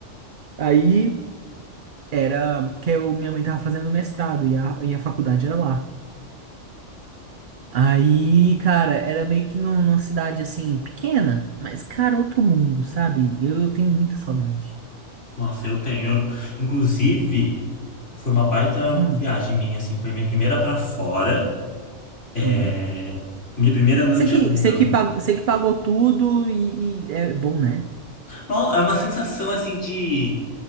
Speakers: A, on the right (about 50°); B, on the left (about 75°).
A: Aí era que eu, minha mãe tava fazendo mestrado e a, e a faculdade era lá. Aí, cara, era meio que num- numa cidade assim, pequena, mas, cara, outro mundo, sabe? Eu, eu tenho muita saudade.
B: Nossa, eu tenho. Eu- inclusive, foi uma baita
A: Hum.
B: viagem minha, assim, foi a minha primeira para fora. É,
A: Sim.
B: minha primeira noite
A: Você
B: de
A: que,
B: avião.
A: você que, pag- você que pagou tudo e, e é bom, né?
B: Bom, é uma sensação assim de